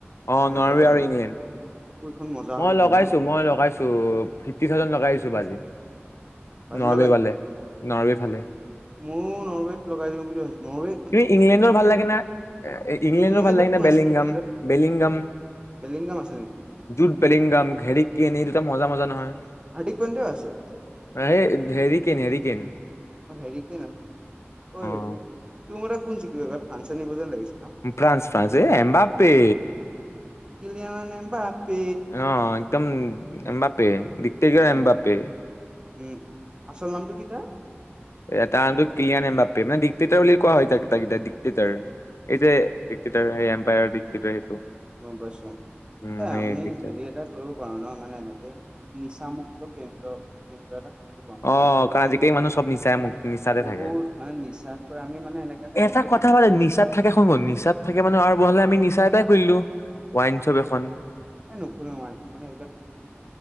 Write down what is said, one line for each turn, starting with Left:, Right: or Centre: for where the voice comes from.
Left: অঁ
Right: মানে
Left: নোৰৱাৰে
Right: কাইলৈ ৰাতিপুৱা
Left: আৰু ইংলেণ্ড।
Right: এইখন মজা
Left: মই
Right: হ'ব। কিন্তু
Left: লগাইছো
Right: ন
Left: মই লগাইছো ফিফটি থাউজেণ্ড লগাই দিছো বাজি।
Right: ভাজি
Left: নৰৱে ৱালে নৰৱে ফালে।
Right: মোৰ নৰৱেত লগাই দিওঁ বুলি ভাবছো নৰৱেত
Left: ই ইংলেণ্ডৰ ভাল লাগে না ইংলেণ্ডৰ
Right: ইংলেণ্ডত
Left: ভাল লাগে
Right: কোন
Left: না বেলিংগাম
Right: আছে ইংলেণ্ডত
Left: বেলিংগাম।
Right: বেলিংগাম আছে নেকি
Left: যোট বেলিংগাম ঘেৰিটকে এনেই দুটা মজা মজা নহয়।
Right: আদিক পইণ্টো আছে
Left: অ হেৰিকেন হেৰিকেন
Right: অঁ হেৰিকেন অ হেৰি
Left: অ
Right: তোৰ মতে এনেই কোন জিকিব এইবাৰ। ফ্ৰান্সে নিব যেন লাগিছে ন?
Left: ফ্ৰান্স ফ্ৰান্স এ এমবাপে।
Right: কিলিয়ান এম্বাপে
Left: অঁ একদম এম্বাপে। পে দিক্তিকিউ
Right: এমবাপে
Left: এম্বাপে।
Right: উম আচল নামটো কি তাৰ?
Left: এটা ক্লিয়ান এম্বাপে মানে ডটেটাৰ বুলি কোৱা হয় তাক কেইটা ডটেটৰ। এই যে দিক্ৰিৰ সেই এম্পায়াৰ দিক্ৰিৰ সেইটো।
Right: গম পাইছুং,
Left: উম
Right: এ
Left: সেই
Right: আমি
Left: ডিকটেটাৰ
Right: হেৰি এটা কৰিব পাৰো ন, মানে এনেকে নিচামুক্ত কেন্দ্ৰ কেন্দ্ৰ এটা খুলিব পাৰো
Left: অঁহ,
Right: এন জি অ
Left: কাৰণ আজিকালি মানুহ চব নিচাই মু নিচাতে
Right: বহুত
Left: থাকে।
Right: মানে নিচাত পৰা আমি মানে এনেকা
Left: এটা
Right: এন জি অ'
Left: কথা
Right: খুলিম
Left: ভালে
Right: যাতে
Left: নিচাত থাকে শুনো নিচাত থাকে মানে আৰু বহালাই আমি নিচা এটাই খুুলি দিওঁ। ৱাইনচব এখন।
Right: এ নুখুলো মই মানে এইবিলাক